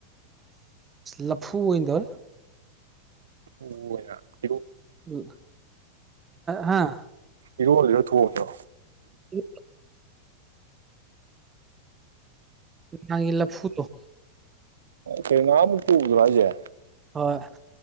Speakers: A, on the right; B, on the right.
A: ꯂꯐꯨ ꯑꯣꯏꯗ
B: ꯍ ꯌꯥ
A: ꯎꯝ ꯍꯥꯥ
B: ꯏ ꯑꯣꯏ ꯂꯣ ꯊꯉꯅꯣ
A: ꯎ ꯅꯪꯂ ꯐꯨꯠꯇꯣ
B: ꯀꯩꯅꯥꯃꯨꯛ ꯇꯗ꯭ꯔꯣ ꯍꯥꯏꯁꯦ
A: ꯍꯣꯏ